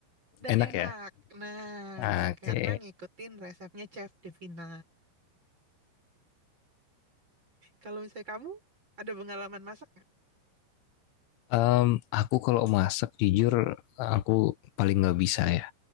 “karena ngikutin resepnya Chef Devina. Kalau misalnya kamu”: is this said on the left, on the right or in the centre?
Right